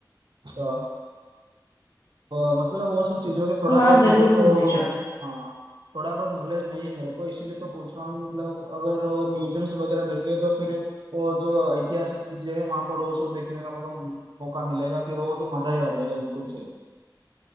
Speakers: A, on the right; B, on the left.
A: अच्छा तो मतलब वो सब चीजों के थोड़ा
B: तो वहाँ
A: बहुत
B: जरूर
A: मेरे को
B: घूमने जाना
A: हाँ थोड़ा बहुत नॉलेज नहीं है मेरे को इसीलिए तो पूछ रहा हूँ मतलब अगर वो म्यूजियम्स वगैरह मिल गए तो फिर वो जो ऐतिहासिक चीजें हैं वहां पर वो सब देखने का मौका मौका मिलेगा फिर वो तो मजा ही आ जाएगा बिल्कुल सही